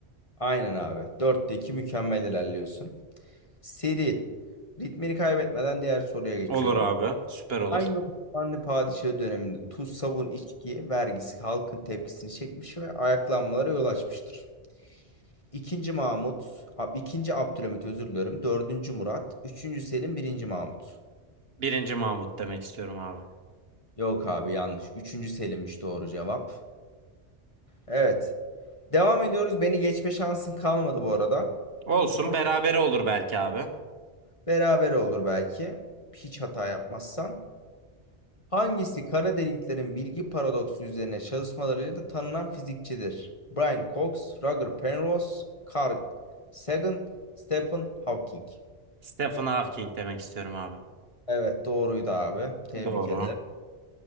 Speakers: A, on the left (about 30°); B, on the right (about 60°).
A: Aynen abi. Dörtte iki mükemmel ilerliyorsun. Seri. Ritmini kaybetmeden diğer soruya geçiyorum.
B: Olur abi. Süper olur.
A: Hangi Osmanlı padişahı döneminde tuz, sabun, içki vergisi halkın tepkisini çekmiş ve ayaklanmalara yol açmıştır? İkinci Mahmut, ab- ikinci Abdülhamit özür dilerim. Dördüncü Murat, üçüncü Selim, birinci Mahmut.
B: Birinci Mahmut demek istiyorum abi.
A: Yok abi yanlış. Üçüncü Selim'miş doğru cevap. Evet. Devam ediyoruz. Beni geçme şansın kalmadı bu arada.
B: Olsun
A: Ama
B: berabere olur belki abi.
A: beraber olur belki. Hiç hata yapmazsan. Hangisi kara deliklerin bilgi paradoksu üzerine çalışmalarıyla da tanınan fizikçidir? Brian Cox, Roger Penrose, Carl Sagan, Stephen Hawking.
B: Stephen Hawking demek istiyorum abi.
A: Evet doğruydu abi. Tebrik
B: Doğru.
A: ederim.